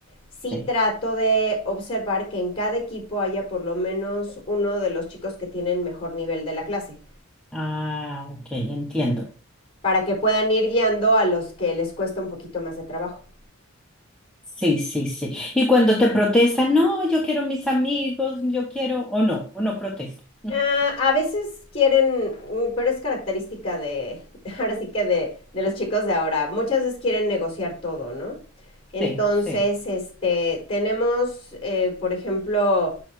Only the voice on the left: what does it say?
sí
trato de observar que en cada equipo haya por lo menos uno de los chicos que tienen mejor nivel de la clase,
para que puedan ir guiando a los que les cuesta un poquito más de trabajo.
Ah, a veces quieren, mm, pero es característica de, <laughs> ahora sí que de, de los chicos de ahora, muchas veces quieren negociar todo, ¿no? Entonces,
este, tenemos, eh, por ejemplo,